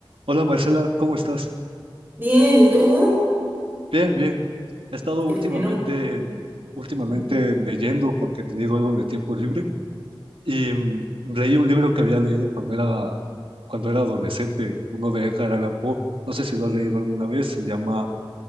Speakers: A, on the right (about 75°); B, on the right (about 20°).
A: Hola Marcela, ¿cómo estás?
B: Bien, ¿y tú?
A: Bien, bien. He estado
B: Qué
A: últimamente,
B: bueno.
A: últimamente
B: Ujú,
A: leyendo porque he tenido algo de tiempo libre y mm, leí un libro que había leído cuando era, cuando era adolescente, uno de Edgar Allan Poe. No sé si lo has leído alguna vez, se llama